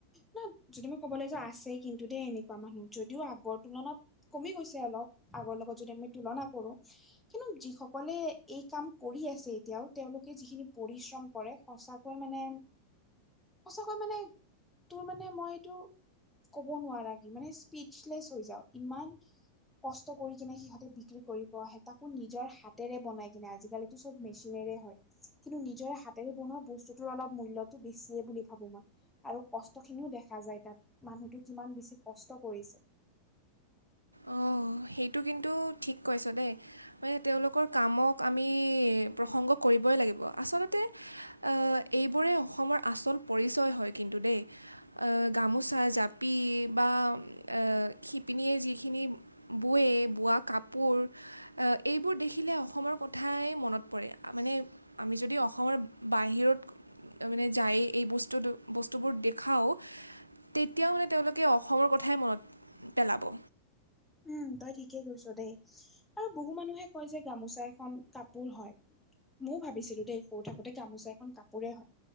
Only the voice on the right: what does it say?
অঁ সেইটো কিন্তু ঠিক কৈছ দেই। মানে তেওঁলোকৰ কামক আমি প্ৰসংগ কৰিবই লাগিব। আচলতে আ এইবোৰেই অসমৰ আচল পৰিচয় হয় কিন্তু দেই। আ গামোচা, জাপি বা আ শিপিনীয়ে যিখিনি বোৱে বোৱা কাপোৰ আ এইবোৰ দেখিলে অসমৰ কথাই মনত পৰে মানে আমি যদি অসমৰ বাহিৰত তাৰ মানে যাই এই বস্তুটো বস্তুবোৰ দেখাওঁ তেতিয়াও মানে তেওঁলোকে অসমৰ কথাই মনত পেলাব।